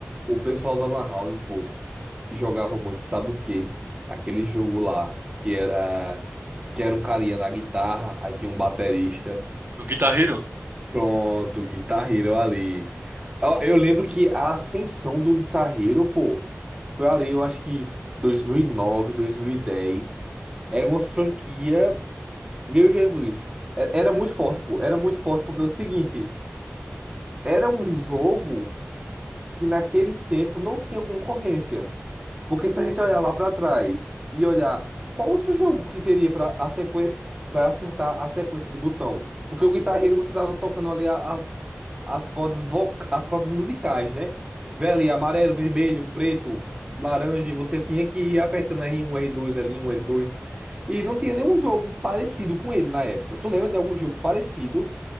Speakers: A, on the right (about 20°); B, on the right (about 50°).
A: O pessoal da Lan House, pô, jogava muito, sabe o quê? Aquele jogo lá que era que era um carinha na guitarra, aí tinha um baterista.
B: O Guitar Hero?
A: Pronto, Guitar Hero ali. Eu, eu lembro que a ascensão do Guitar Hero, pô, foi ali, eu acho que dois dois mil mil e nove dois mil e dez Era uma franquia, meu Jesus, é- era muito forte, pô, era muito forte porque é o seguinte, era um jogo que naquele tempo não tinha concorrência. Porque se a gente olhar lá para trás e olhar qual outro jogo que teria para a sequen... para acertar a sequência de botão? Porque o Guitar Hero você tava tocando ali a- as, as cordas vo... as cordas musicais, né? Velho, amarelo, vermelho, preto, laranja, e você tinha que ir apertando r um r dois l um l dois E não tinha nenhum jogo parecido com ele na época. Tu lembra de algum jogo parecido?